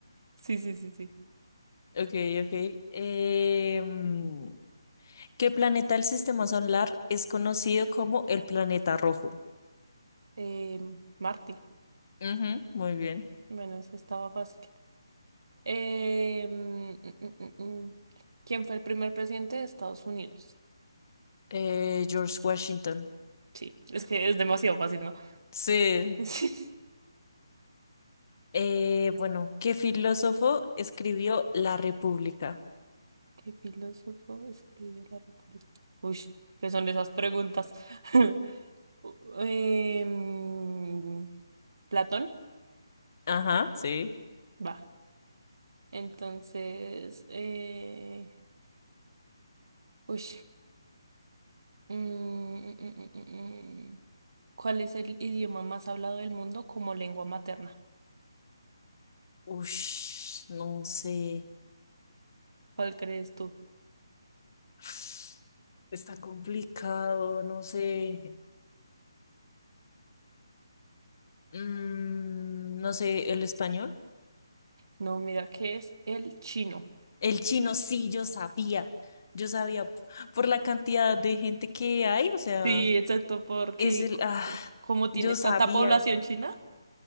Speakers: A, on the right (about 60°); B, on the left (about 45°).
A: Sí, sí, sí, sí.
B: Ok, ok. Eh, mm, ¿qué planeta del sistema solar es conocido como el planeta rojo?
A: Em, Marte.
B: Ujú, muy bien.
A: Bueno, eso estaba fácil. Em, mm, mm, mm, mm. ¿quién fue el primer presidente de Estados Unidos?
B: Eh, George Washington.
A: Sí, es que es demasiado fácil, ¿no?
B: Sí.
A: <laughs>
B: Eh, bueno, ¿qué filósofo escribió La República?
A: ¿Qué filósofo escribe la República? Uy, ¿qué son esas preguntas? <laughs> U- Em, ¿Platón?
B: Ajá, sí.
A: Va. Entonces, eh, uy, mm, mm, mm, mm, mm. ¿cuál es el idioma más hablado del mundo como lengua materna?
B: Ush, no sé.
A: ¿Cuál crees tú?
B: <sighs> Está complicado, no sé. Mm, no sé, ¿el español?
A: No, mira, ¿qué es el chino?
B: El chino, sí, yo sabía, yo sabía p- por la cantidad de gente que hay, o sea,
A: Sí, exacto, porque
B: es el, ah,
A: co- como tiene
B: yo
A: tanta
B: sabía,
A: población china.